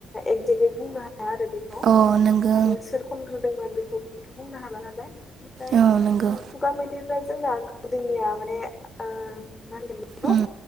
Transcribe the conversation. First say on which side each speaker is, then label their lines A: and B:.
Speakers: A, on the left; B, on the right.
A: एजेक्लि बुंनो हा हाया आरो बेखौ
B: ओं अ नोंगौ
A: आरो सोर खनग्रोदोंमोन बेखौथ' बुंनो हाला नालाय। ओमफ्राय
B: ओं औ नोंगौ
A: खुगा मेथाइफ्रा जोंना गोदोनिया माने ओ मा होनगोन बेखौ
B: उम